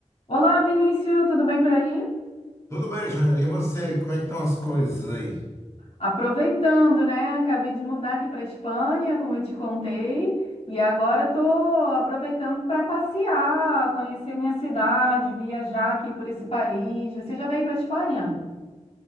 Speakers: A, on the left; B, on the left.
A: Olá, Vinícius, tudo bem por aí?
B: Tudo bem, Jair? E você? Como é que estão as coisas aí?
A: Aproveitando, né? Acabei de mudar aqui para Espanha, como eu te contei, e agora estou aproveitando para passear, conhecer minha cidade, viajar aqui por esse país. Você já veio para Espanha?